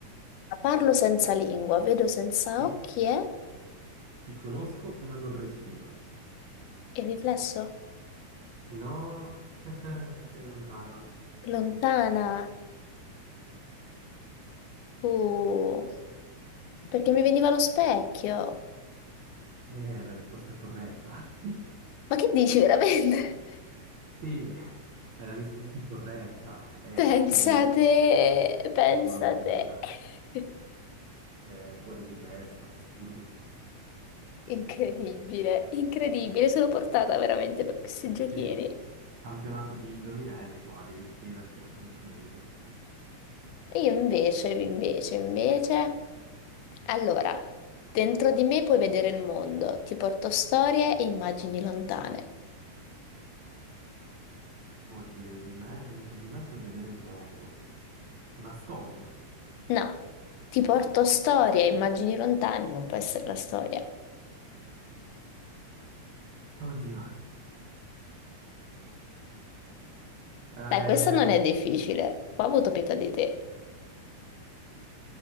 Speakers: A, on the left; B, on the right.
A: Parlo senza lingua, vedo senza
B: Ti
A: occhi eh?
B: ti conosco ma non respiro.
A: e il riflesso.
B: No, <laughs> sei lontana.
A: Lontana, uh, perché mi veniva lo specchio.
B: Eh, è la risposta corretta. <laughs>
A: Ma che dici veramente? <laughs>
B: Sì, è la risposta corretta. Eh,
A: Pensate,
B: accidenti,
A: pensate.
B: mamma mia.
A: <laughs>
B: Cioè, fuori di testa, assurdo.
A: Incredibile, incredibile, sono portata veramente per questi giochini.
B: Sì, campionato di indovinelli qua, devi iscriverti assolutamente.
A: E Io invece, invece, invece. Allora, dentro di me puoi vedere il mondo, ti porto storie e immagini lontane.
B: Oddio, di me, dentro di me puoi vedere il mondo. Una storia.
A: No, ti porto storie e immagini lontane, non può essere la storia.
B: Oddio. Eh,
A: Dai, questa non è difficile. Qua ho avuto pietà di te.